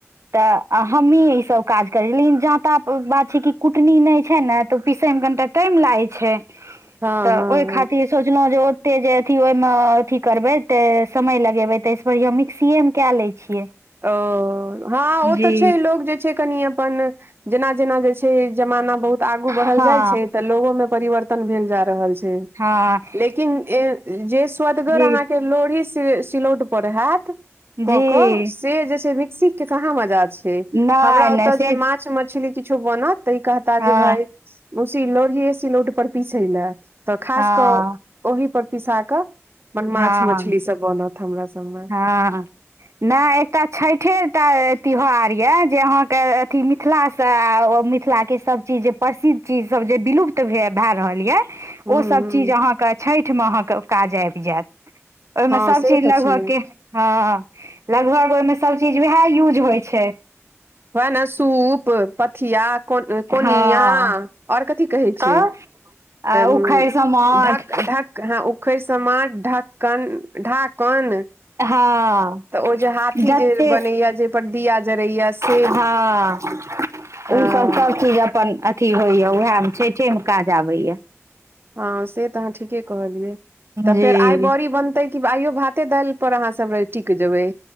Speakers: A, on the right; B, on the right.
A: तऽ हमही ई सब काज करै लेकिन जाँता बात छै कि कुटनी नैय छैन न तऽ ओ पीस सै में कनिटा टाइम लागै छै
B: हँ
A: तऽ
B: हँ
A: ओय खातिर
B: हँ
A: सोचलौं जे ओ त्ते जे अथी ओयमं अथी करबै ते समय लगेबै तय स बढ़िआँ मिक्सीए में कए लै छियै।
B: ओ हँ ओ
A: जी
B: तऽ छै लोग जे छै कनि अ प्पन जेना-जेना जे छै जमाना बहुत आगू बढ़ल
A: हँ
B: जाइ छै तऽ लोगो में परिवर् तन भेल जा रहल छै।
A: हँ।
B: लेकिन ए जे सुअदगर
A: जी
B: अहाँके लोढ़ी सि सिलौट पर हैत कऽ
A: जी।
B: कऽ से जे छै मिक्सी के कहाँ मजा छै
A: नहि
B: हमरा
A: नहि
B: ओतऽ
A: से
B: जे माछ-मछली किछो बनत तऽ ई कहता
A: हँ
B: जे भाय उसी लोढ़िये सिलौट पर पीसै लए तऽ खास
A: हँ
B: कऽ ओहि पर पिसा कऽ अपन
A: हँ
B: माछ-मछली सब बनत हमरा सबमें।
A: हँ नैय एकटा छइठेटा तिहार यै जे अहाँके अथी मिथिला स आ ओ मिथिला के सब चीज जे प्रसि चीज सब जे विलुप्त भे भए रहल यै
B: हूं
A: ओसब
B: हूं
A: चीज अहाँकऽ छइठमे अहाँके काज आइब जैत। ओयमे
B: हँ
A: सबचीज
B: से तऽ
A: लगभग
B: छै
A: के हँ लगभग ओयमे सबचीज वएह यूज होइ छै।
B: वैह न सूप, पथिया को कोनिया
A: हँ
B: और कथी कहै छै?
A: तऽ आ
B: उ
A: उखड़ि समाठ
B: ढक ढक हँ उखैर समा ढ़क्कन ढ़ाकन
A: हँ
B: तऽ ओ जे हाथी
A: जते
B: जे बनैया जेपर दिया जरैया स
A: हँ
B: हँ
A: उ सब-सब सब चीज अपन अथी होइया उएह में छइठे में काज आबैया।
B: हँ से तऽ अहाँ ठीके कहलियै तऽ
A: जी
B: फेर आइ बड़ी बनतै की आइयो भा ते दाइल पर अहाँ सब रै टिक जेबै।